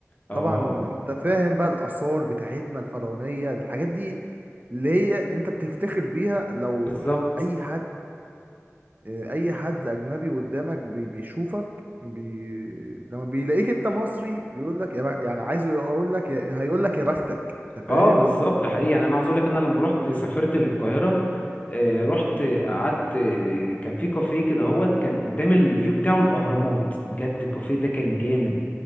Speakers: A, on the left; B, on the right.
A: اه
B: طبعا انت فاهم بقى الاثار بتاعتنا الفرعونيه الحاجات دي اللي هي انت بتفتخر بيها لو
A: بالظبط
B: اي حد آه، اي حد اجنبي قدامك بي- بيشوفك بي... لما بيلاقيك انت مصري بيقول لك يا بخ... يعني عايزه يقول لك يا... هيقول لك يا بختك انت فاهم
A: اه بالظبط حقيقي انا أنا عاوز اقول لك انا لما رحت سافرت للقاهره آه، رحت قعدت آه، كان في كافيه كده هوت كان قدام الفيو بتاعه الاهرامات بجد الكافيه ده كان جامد